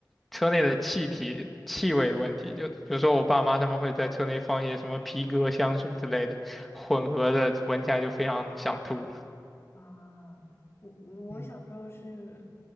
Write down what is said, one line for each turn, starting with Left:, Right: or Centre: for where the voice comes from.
Centre: 车内的气体气味的问题，就有时候我爸妈他们会在车内放一些什么皮革香水之类的，混合着闻起来就非常想吐。
Left: 啊！我我我小时候是，
Centre: 嗯